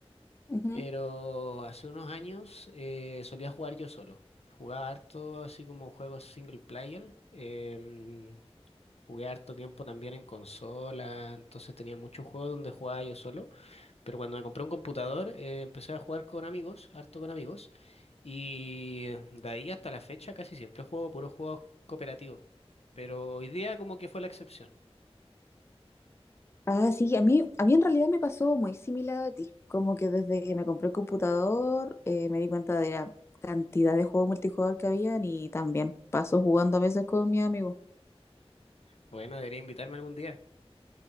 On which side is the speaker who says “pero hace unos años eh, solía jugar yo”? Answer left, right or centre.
Left